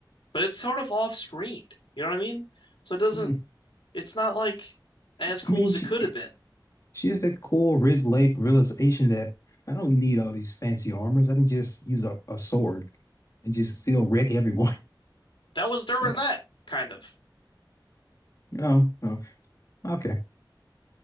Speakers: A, on the left; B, on the left.
A: But it's sort of off screened. You know what I mean? So it doesn't.
B: Mm.
A: It's not like as cool
B: I mean,
A: as
B: she
A: it could have been.
B: she has that cool reala- realization that I don't need all these fancy armors. I can just use a, a sword and just still wreck everyone.
A: That was
B: <laughs>
A: during
B: That-
A: that kind of.
B: Oh, oh, okay.